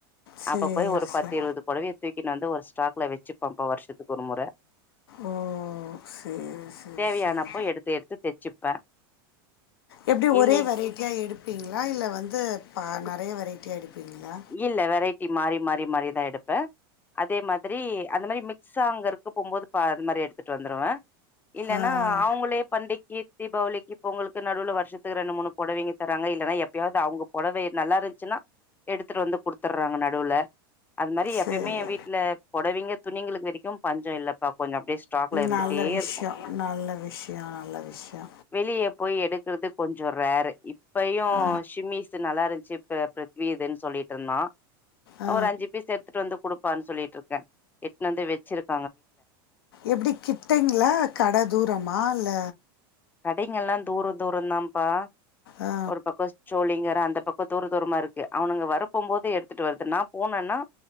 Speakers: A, on the left (about 80°); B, on the left (about 15°).
A: சேரி
B: அப்ப போய் ஒரு பத்து
A: சேரி
B: இருவது பொடவைய தூக்கின் வந்து ஒரு ஸ்டாக்ல வெச்சிம்பம்பா வருஷத்துக்கு ஒரு முற
A: ஓ செரி செரி
B: தேவையானப்போ
A: செரி
B: எடுத்து எடுத்து தெச்சுப்பே
A: எப்டி
B: இல்லே
A: ஒரே வெரைட் டியா எடுப்பீங்ளா இல்ல வந்து பா நெறைய வெரைட்டியா எடுப்பீங்ளா
B: இல்ல வெரைட்டி மாறி மாறி மாறிதா எடுப்ப அதே மாதிரி அந்த மாரி மிக்ஸ்சா அங்கருக்க போகுபோது ப அது மாரி எடுத்துட்டு வந்துருவ இல்லன்னா
A: ஆ இல்ல
B: அவுங்களே பண்டிக்கி தீபாவளிக்கி பொங்கலுக்கு நடுவுல வருஷத்துக்கு ரெண்டு மூணு பொடவைங்க தராங்க இல்லன்னா எப்பயாவுது அவுங்க பொடவைய நல்லாருந்ச்சின்னா எடுத்துட்டு வந்து குடுத்துற்றாங்க நடுவுலே அத் மாரி
A: சரி
B: எப்பயுமே வீட்ல பொடவிங்க துணிங்களுக்கு வெரிக்கு பஞ்சோ இல்லப்பா கொஞ்சோ அப்டியே ஸ்டாக்ல இருந்துட்டே
A: நல்ல விஷ்யோ
B: இருக்கு
A: நல்ல விஷ்யோ நல்ல விஷ்யோ
B: வெளிய போய் எடுக்குறது கொஞ்சோ ரேரு இப்பயு
A: ஆ
B: ஷிம்மீஸ்ஸு நல்லாந்துச்சி பிருத்விதுன் சொல்லிட்ருந்தா
A: ஆ
B: ஒரு அஞ்சி பீஸு எடுத்துட்டு வந்து குடுப்பான்னு சொல்லிட்ருக்க எட்த்துனு வந்து வெச்சிருக்
A: எப்டி கிட்டங்ளா கட தூரமா இல்ல
B: கடைங்கெல்லா தூர தூர தாப்பா
A: ஆ
B: ஒரு பக்கோ சோழிங்கர் அந்த பக்கோ தூர தூரமாருக்கு அவனுங்க வர போ போது எடுத்துட்டு வருதுன்னா போனேனா